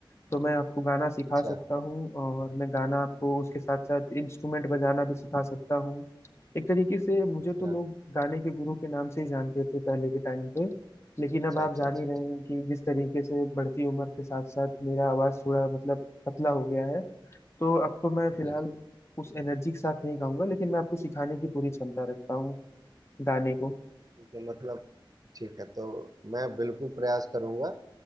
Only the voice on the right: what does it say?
अच्छा
अच्छा
अच्छा
अच्छा
अच्छा
अच्छा
जी
जी
ठीक है मतलब ठीक है तो मैं बिल्कुल प्रयास करूंगा